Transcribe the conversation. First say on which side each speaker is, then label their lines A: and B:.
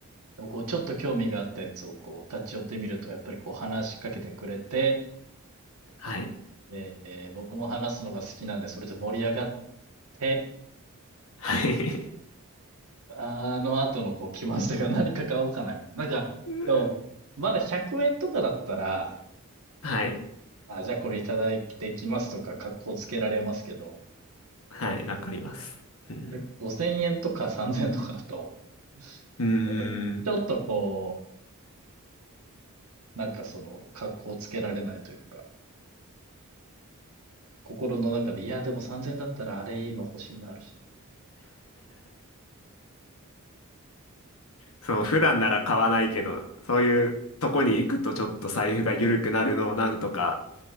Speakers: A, on the right; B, on the left.
A: でもこう、ちょっと興味があったやつをこう、立ち寄ってみると、やっぱりこう話しかけてくれて、
B: はい。
A: えー僕も話すのが好きなんで、それで盛り上がって、
B: はい。
A: あの後のこう、来ましたが何か買おうかな、みたいな。なんか、
B: <laughs>
A: でも、まだ100円とかだったら、
B: はい。
A: あ、じゃあこれいただいてきますとか、格好つけられますけど、
B: はい、わかります。うん。
A: それ5000円とか3000円とかだと、
B: うー
A: やっぱりちょっとこ
B: ん。
A: う、なんかその、格好つけられないというか、心の中で、いや、でも3000円だったらあれ今欲しいのあるし、
B: そう、普段なら買わないけど、そういうとこに行くとちょっと財布が緩くなるのをなんとか、